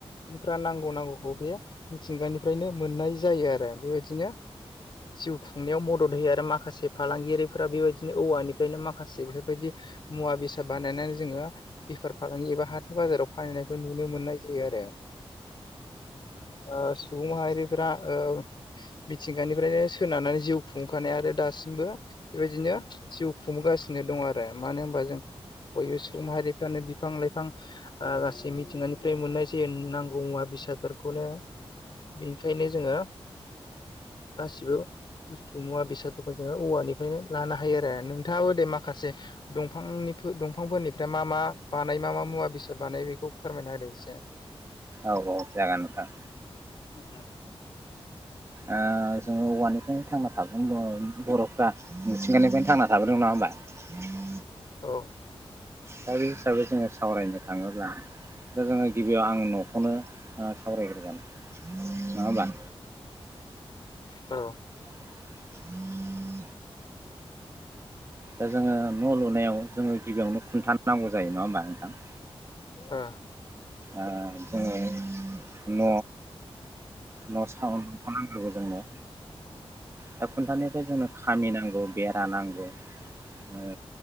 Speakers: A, on the left; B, on the right.
A: फ्रा नांगौ नांगौखौ बे मिथिंगानिफ्रायनो मोननाय जायो आरो बेबायदिनो जिउ खुंनायाव मदद होयो आरो माखासे फालांगियारिफोरा बेबायदिनो औवानिफ्रायनो माखासे बेफोरबायदि मुवा बेसाद बानायनानै जोङो बेफार फालांगि एबा हाथाय बाजाराव फाननाय नुनो मोननाय जायो आरो ओ सुबुंमाहारिफ्रा ओ मिथिंगानिफ्रायनो सोनारनानै जिउ खुंखानाय आरो दासिमबो बेबायदिनो जिउ खुंगासिनो दङ आरो मानो होनबा जों बयबो सुबुं माहारिफ्रानो बिफां लाइफां ओ गासै मि निफ्राय मोननाय जायो नांगौ मुवा बेसादफोरखौनो बेनिखायनो जोङो गासिबो मुवा बेसादफोरखौ जोङो औवानिफ्रायनो लानो हायो आरो नोंथाङाबो दे माखासे दंफांनि दंफांफोरनिफ्राय मा मा बानाय मा मा मुवा बेसाद बानाय बेखौ फोरमायना होदो एसे
B: औ औ जागोन नोंथां
A: अ
B: ओ जोङो औवानिफ्रायनो थांना <unintelligible> बर'फ्रा मिथिंगानिफ्रायनो थांना थाबोदों नङा होमबा
A: अ
B: दा बे हिसाबै जोङो सावरायनो थाङोब्ला दा जोङो गिबियाव आं न'खौनो ओ सावरायग्रोगोन नङा होमबा
A: औ
B: <inaudible> दा जोङो न' लुनायाव जोङो गिबियावनो खुन्था नांगौ जायो नङा होमबा नोंथां
A: ओ
B: ओ जोङो न' न' <unintelligible> नांग्रोगौ जोंनो दा खुन्थनिफ्राय जोंनो खामि नांगौ बेरा नांगौ नङा